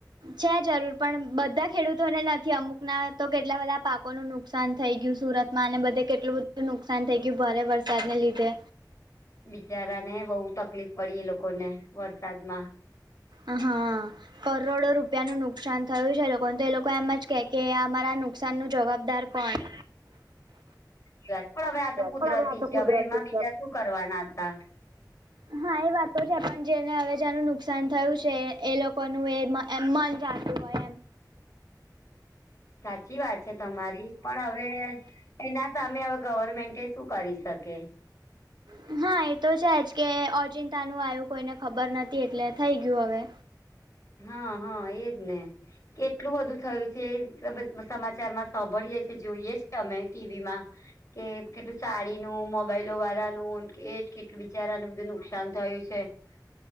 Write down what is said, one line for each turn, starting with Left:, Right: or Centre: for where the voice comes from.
Right: છે જરૂર પણ બધા ખેડૂતોને નથી અમુક ના તો કેટલા બધા પાકોનું નુક નુકસાન થઈ ગયું સુરત માં અને બધે કેટલું બધું નુકસાન થઈ ગયું ભારે વરસાદને લીધે
Left: બિચારા ને બહુ તકલીફ પડી એ લોકો ને વરસાદમાં
Right: હ હા કરોડો રૂપિયા નું નુકસાન થયું છે લોકોને તો એ લોકો એમ જ કે કે અમારા નુકસાન નું જવાબદાર પાંચ
Left: પણ હવે આ તો
Right: પણ
Left: કુદરતી
Right: આ તો
Left: છે
Right: કુદરતી
Left: હવે એમાં બીજા શું કરવાના હતા.
Right: હમ હા એ વાતો છે પણ જેને હવે જનું નુકસાન થયું છે એ લોકોનું એ મન જાતું હોય, એમ
Left: સાચી વાત છે તમારી પણ હવે એના સામે હવે ગવર્મેન્ટ શું કરી શકે
Right: હમ હા એ તો છે જ કે અચિંતા નું આવ્યું કોઈને ખબર નથી એટલે થઈ ગયું હવે
Left: હા હા એજ ને કેટલું બધું થયું છે સમાચારમાં સાંભળીએ છેએ જોઈએ છે, કે અમે ટીવીમાં કે કેટલું સાડી ન મોબાઈલો વાળાનું કે કેટલું બિચારાને બધું નુકસાન થયું છે. હ છે.